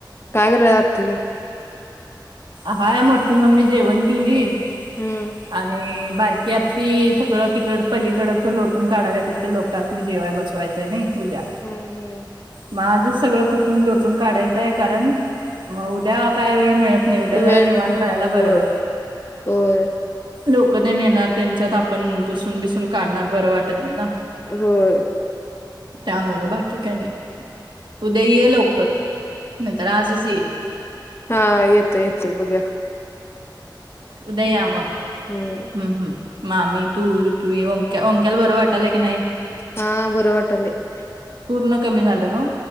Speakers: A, on the left; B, on the right.
A: कागरं आंत
B: हांय मोठी मम्मी जेवणं केली
A: हम्म
B: आणि बारकी आत्ती. सगळं तिकडं पलीकडचं लोटून काढल्यांत तिथं लोकांस नी जेवाय बसवायचंय उद्यां
A: हम्म हम्म
B: मं आजचं सगळं. लोटूंन काढायचंय कारणं मंग उद्यां कायं वेळं मिळत नाहीं नाई उद्यां जरां
A: वेळ
B: निवांत
A: मिळत
B: राहायला
A: नाही होय
B: बरं.
A: होय
B: लोकं तेन येणारं तेंच्यांत आपणं पुसून बिसूंन काढणारं बरं वाटतं नाहीं नां.
A: होयं
B: त्यामुळें बाकी कायं नाहीं. उद्यां ये लोवकर नाहीं तरं आजचं ये.
A: हां येतो येतो बघूंया.
B: उद्यां यां मंग
A: हम्म
B: हम्मं हम्मं. मामी तू ऋत्वी ओंक्यां ओंक्यांला बरं वाटालय की नाहीं.
A: हां बरं वाटालयं.
B: पूर्ण कमी झालं न व